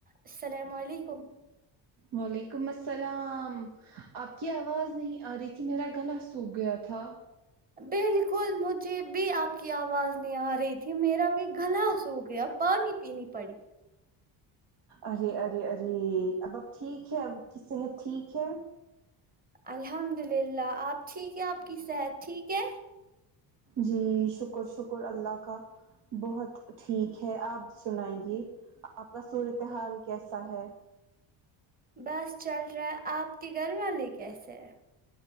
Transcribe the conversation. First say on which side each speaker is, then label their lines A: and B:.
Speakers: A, on the right; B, on the right.
A: السلام علیکم
B: وعلیکم السلام آپ کی آواز نہیں آ رہی تھی میرا گلا سوکھ گیا تھا
A: بالکل مجھے بھی آپ کی آواز نے آ رہی تھی میرا بھی گلا سکھ گیا پانی پینی پڑی
B: ارے ارے ارے اب اب ٹھیک ہے آپ کی صحت ٹھیک ہے
A: الحمد للہ آپ ٹھیک ہیں آپ کی صحت ٹھیک ہے
B: جی شکر شکر اللہ کا بہت ٹھیک ہے آپ سنائیے آپ کا صورتحال کیسا ہے
A: بس چل رہا ہے آپ کے گھر والے کیسے ہے